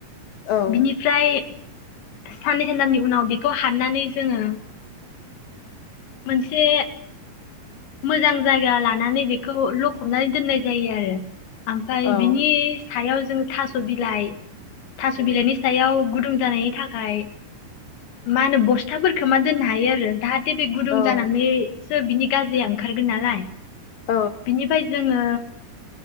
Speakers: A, on the left (about 65°); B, on the left (about 90°).
A: औ
B: बिनिफ्राय साननै सानथामनि उनाव बेखौ हाननानै जोङो मोनसे मोजां जायगा लानानै बेखौ लखबनानै दोननाय जायो आरो। ओमफ्राय
A: औ
B: बिनि सायाव जोङो थास' बिलाइ थास' बिलाइनि सायाव गुदुं जानायनि थाखाय मा होनो बस्थाफोरफोरखौ खोबना दोननो हायो आरो जाहाथे बे गुदुं
A: औ
B: जानानै सो बिनि गाज्रिया ओंखारगोन नालाय।
A: औ
B: बिनिफ्राय जोङो